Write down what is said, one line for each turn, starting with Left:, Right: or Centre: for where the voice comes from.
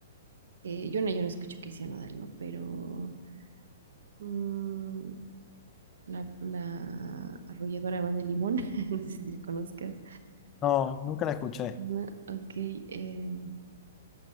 Right: eh, yo no, yo no escucho Cristian Nodal, ¿no? Pero mm, la, la arrolladora banda de Limón, <laughs> no sé si la conozcas.
Left: No, nunca la escuché.
Right: No, ok, eh,